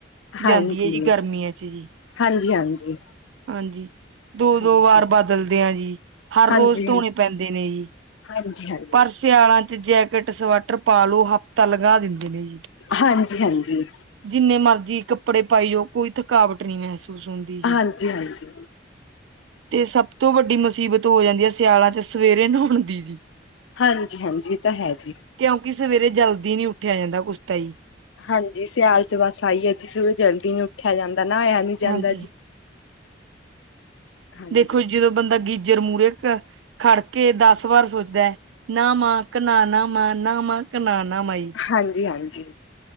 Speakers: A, on the left (about 80°); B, on the right (about 70°).
A: ਹਾਂਜੀ
B: ਜਾਂਦੀ ਹੈ ਜੀ ਗਰਮੀਆਂ ਚ ਜੀ।
A: ਹਾਂਜੀ, ਹਾਂਜੀ।
B: ਹਾਂਜੀ ਦੋ
A: ਹਾਂਜੀ,
B: ਦੋ ਵਾਰ ਬਦਲਦੇ ਆ ਜੀ, ਹਰ
A: ਹਾਂਜੀ,
B: ਰੋਜ਼ ਧੋਣੇ ਪੈਂਦੇ ਨੇ ਜੀ।
A: ਹਾਂਜੀ, ਹਾਂਜੀ।
B: ਪਰ ਸਿਆਲਾਂ ਚ ਜੈਕਟ ਸਵੈਟਰ ਪ ਲੋ ਹਫ਼ਤਾ ਲਗਾ ਦਿੰਦੇ ਨੇ ਜੀ।
A: ਹਾਂਜੀ, ਹਾਂਜੀ।
B: ਜਿੰਨੇ ਮਰਜੀੀ ਕੱਪੜੇ ਪਾਈਓ ਕੋਈ ਥਕਾਵਟ ਨਹੀਂ ਮਹਿਸੂਸ ਹੁੰਦੀ। ਜੀ।
A: ਹਾਂਜੀ ਹਾਂਜੀ।
B: ਤੇ ਸਭ ਤੋਂ ਵੱਡੀ ਮੁਸੀਬਤ ਹੋ ਜਾਂਦੀ ਹੈ ਸਿਆਲਾ ਚ। ਸਵੇਰੇ ਨੂੰ ਹਣਦੀ ਜੀ।
A: ਹਾਂਜੀ, ਹਾਂਜੀ ਇਹ ਤਾਂ ਹੈ ਜੀ।
B: ਕਿਉਂਕਿ ਸਵੇਰੇ ਜਲਦੀ ਨੀ ਉੱਠਿਆ ਜਾਂਦਾ ਉਸ ਤ ਹੀ।
A: ਹਾਂਜੀ ਸਿਆਲ ਚ ਬਸ ਆਈਏ ਜੀ ਸਵੇ ਜਲਦੀ ਨ ਉੱਠਿਆ ਜਾਂਦਾ ਨਾਇਆ ਨੀ ਜਾਂਦਾ
B: ਹਾਂਜੀ।
A: ਜੀ। ਹਾਂਜੀ,
B: ਦੇਖੋ ਜਦੋਂ ਬੰਦਾ ਗੀਜਰ ਮੂਹਰੇ ਖੜ ਕੇ ਦਸ ਵਾਰ ਸੋਚਦਾ ਹੈ। ਨਾਾਮਾ ਕਿਨਾ ਨਾ ਮਾ ਨਾਾਮਾ ਕਿਨਾ ਨਾ ਮਾਾਈ।
A: ਹਾਂਜੀ ਹਾਂਜੀ।